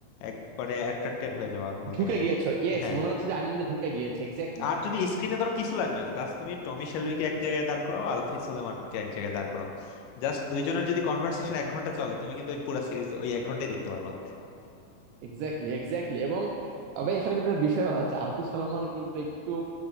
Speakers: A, on the left (about 80°); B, on the right (about 85°).
A: একবারে অ্যাট্রাক্টেড হয়ে যাবা বলতে
B: ঢুকে
A: গেলে
B: গিয়েছো ইয়েস
A: হ্যাঁ
B: মনে হচ্ছে যে আমি মধ্যে ঢুকে গিয়েছে এক্স্যাক্টলি
A: আর যদি স্ক্রিনে ধরো কিছু লাগবে না জাস্ট তুমি টমি শেলবিকে এক জায়গায় দাঁড় করো আলফি সলেমানকে এক জায়গায় দাঁড় করো জাস্ট দুইজনের যদি কনভার্সেশন এক ঘন্টা চলে তুমি কিন্তু ওই পুরো সিরিজ ওই এক ঘন্টায় দেখতে পারবা
B: এক্স্যাক্টলি এক্স্যাক্টলি এবং তবে এখানে কিন্তু একটা বিষয় আছে আরফি সলোমন কিন্তু একটু